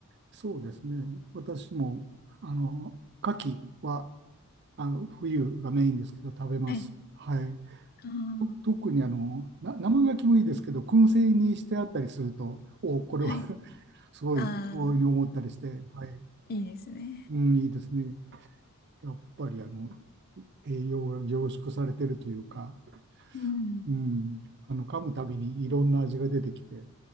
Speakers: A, on the right (about 50°); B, on the left (about 45°).
A: そうですね、私も、あの、牡蠣は、あの、冬がメインですけど、食べます。
B: はい。
A: はい。
B: ああ、
A: と、特にあの、な、生牡蠣もいいですけど、燻製にしてあったりすると、お、これは
B: はい。
A: <laughs> すごい、
B: ああ、
A: 遠いに思ったりして、はい。
B: いいですね。
A: うん、いいですね。やっぱりあの栄養が凝縮されてるというか、
B: うん。
A: うん、あの噛むたびにいろんな味が出てきて、